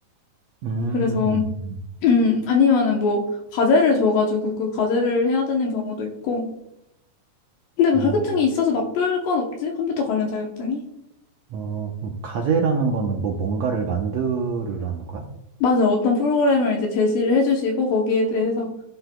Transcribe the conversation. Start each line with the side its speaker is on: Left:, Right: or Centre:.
Right: 음,
Left: 그래서,
Right: 음, 음.
Left: 음, 아니면은 뭐, 과제를 줘가지고 그 과제를 해야 되는 경우도 있고. 근데 뭐
Right: 어,
Left: 자격증이 있어서 나쁠 건 없지? 컴퓨터 관련 자격증이?
Right: 뭐, 어, 그럼 가제라는 거는 뭐 뭔가를 만들으라는 거야?
Left: 맞아. 어떤 프로그램을 이제 제시를 해주시고 거기에 대해서